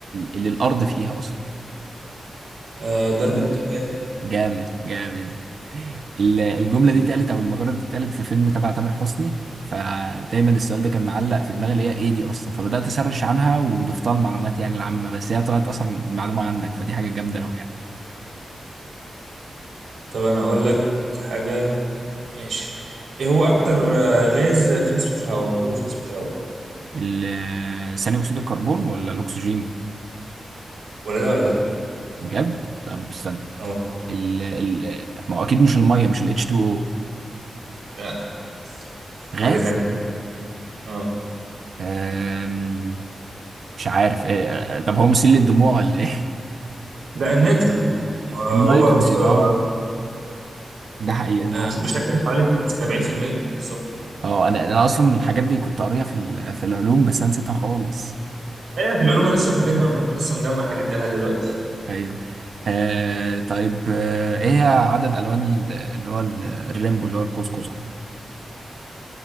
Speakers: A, on the right; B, on the right.
A: اللي الارض فيها اصلا
B: آه، ضرب التبان
A: جامد جامد ال- الجملة دي اتقالت او المجرة دي اتقالت في فيلم تبع تامر حسني فدايما السؤال ده كان معلق في دماغي اللي هي ايه دي اصلا فبدأت اسرش عنها وضفتها المعلومات يعني العامة بس هي طلعت اصلا المعلومة عندك فدي حاجة جامدة قوي يعني
B: طب انا اقول لك حاجه ماشي ايه هو اكتر آه، غاز في نسبه الهواء موجوده في نسبه الهواء
A: ال- ثاني اكسيد الكربون ولا الاكسجين
B: ولا ده ولا ده
A: بجد طب استنى
B: اه
A: ال ال ما هو اكيد مش الميه مش ال H2O
B: لا في
A: غاز
B: حاجه تانية اه
A: آم، مش عارف إيه. طب هو مسيل للدموع ولا ايه
B: لا الناتروجين ما هو
A: <laughs> النيتروجين
B: أكس- آه،
A: اه ده حقيقي انا
B: ما هو بشكل حوالي 70% بالظبط
A: اه انا انا اصلا الحاجات دي كنت قاريها في ال- في العلوم بس انا نسيتها خالص
B: ايه في العلوم انا لسه فاكرها انا ممكن لسه مجمع الحاجات دي لحد دلوقتي
A: ايوه آه طيب آه ايه عدد الوان ال- اللي هو ال- الريمبو اللي هو القوس قزح